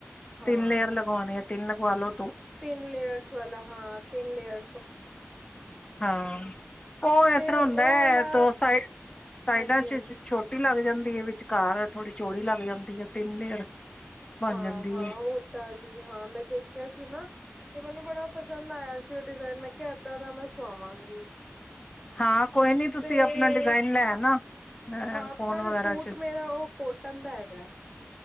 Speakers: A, in the centre; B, on the left.
A: ਹਾਂ
B: ਤਿੰਨ ਲੇਅਰ ਲਗਵਾਣੀ ਹੈ ਤਿੰਨ ਲਗਵਾਲੋ
A: ਤਿੰਨ ਲੇਅਰਸ ਵਾਲਾ ਹਾਂ ਤਿੰਨ ਲੇਅਰ
B: ਹਾਂ ਉਹ
A: ਤੇ
B: ਇਸ ਤਰ੍ਹਾਂ
A: ਉਹ
B: ਹੁੰਦਾ ਹੈ
A: ਵਾਲਾ
B: ਦੋ ਸਾਈ ਸਾਈਡਾਂ
A: ਹਾਂਜੀ
B: ਚ
A: ਹਾਂਜੀ
B: ਛੋਟੀ ਲੱਗ ਜਾਂਦੀ ਦੀ ਇਹ ਵਿਚਕਾਰ ਥੋੜ੍ਹੀ ਚੋੜੀ ਲੱਗ ਜਾਂਦੀ ਹੈ ਤਿੰਨ ਲੇਅਰ ਬਣ
A: ਹਾਂ
B: ਜਾਂਦੀ
A: ਹਾਂ
B: ਹੈ
A: ਉਹ ਤਾਂ ਦੀ ਹਾਂ ਮੈਂ ਦੇਖਿਆ ਸੀ ਨਾ ਤੇ ਮੈਨੂੰ ਬੜਾ ਪਸੰਦ ਆਇਆ ਸੀ, ਉਹ ਡਿਜ਼ਾਇਨ ਮੈਂ ਕਿਹਾ ਏਦਾਂ ਦਾ ਮੈਂ ਸਵਾਵਾਂਗੀ।
B: ਹਾਂ ਕੋਈ ਨੀ ਤੁਸੀਂ
A: ਤੇ
B: ਆਪਣਾ ਡਿਜ਼ਾਇਨ ਲੈ ਆਨਾ ਅ
A: ਹਾਂ,
B: ਫੋਨ
A: ਪਰ
B: ਵਗੈਰਾ
A: ਸੂਟ
B: ਚ
A: ਮੇਰਾ ਉਹ ਕੋਟਨ ਦਾ ਹੈਗਾ ਹੈ।